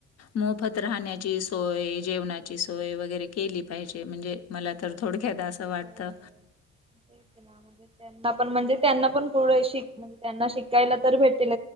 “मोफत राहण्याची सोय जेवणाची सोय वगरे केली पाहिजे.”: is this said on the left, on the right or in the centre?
Left